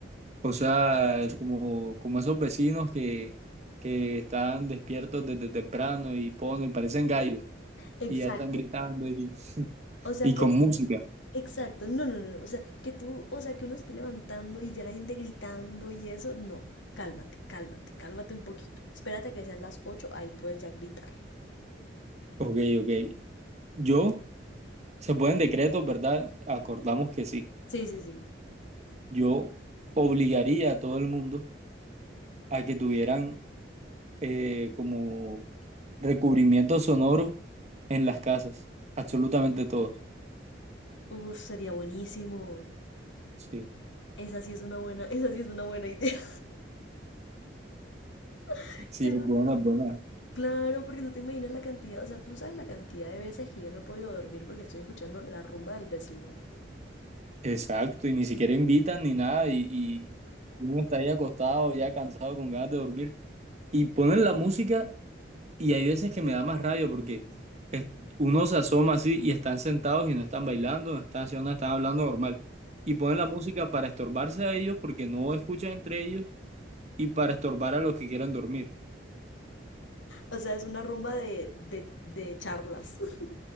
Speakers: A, on the right; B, on the left.
A: o sea, es como, como esos vecinos que, que están despiertos desde temprano y ponen, parecen gallos
B: Exacto.
A: y ya están gritando y,
B: O sea
A: y
B: que,
A: con música.
B: exacto, no, no, no, no, o sea que tú, o sea que uno se esté levantando y ya la gente gritando y eso, no, cálmate, cálmate, cálmate un poquito. Espérate a que sean las 8, ahí puedes ya gritar.
A: Ok, ok. Yo, se pueden decretos, ¿verdad? Acordamos que sí.
B: Sí, sí, sí.
A: Yo obligaría a todo el mundo a que tuvieran eh, como recubrimiento sonoro en las casas, absolutamente todos.
B: Uf, sería buenísimo.
A: Sí,
B: Esa sí es una buena, <laughs> esa sí es una buena idea. <laughs>
A: sí,
B: Eso-
A: es buena,
B: sí.
A: es buena.
B: claro, porque tú te imaginas la cantidad, o sea, tú sabes la cantidad de veces que yo no he podido dormir porque estoy escuchando la rumba del vecino.
A: Exacto, y ni siquiera invitan ni nada, y, y uno está ahí acostado, ya cansado, con ganas de dormir, y ponen la música, y hay veces que me da más rabia porque es- uno se asoma así y están sentados y no están bailando, no están haciendo nada, están hablando normal, y ponen la música para estorbarse a ellos porque no escuchan entre ellos y para estorbar a los que quieren dormir.
B: O sea, es una rumba de, de, de charlas. <laughs>